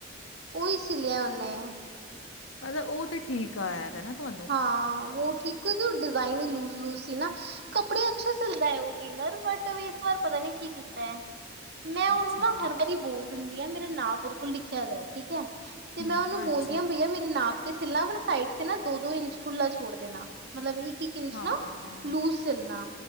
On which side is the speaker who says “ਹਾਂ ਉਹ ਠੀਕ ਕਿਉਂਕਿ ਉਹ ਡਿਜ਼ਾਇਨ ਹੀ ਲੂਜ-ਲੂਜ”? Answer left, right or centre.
Right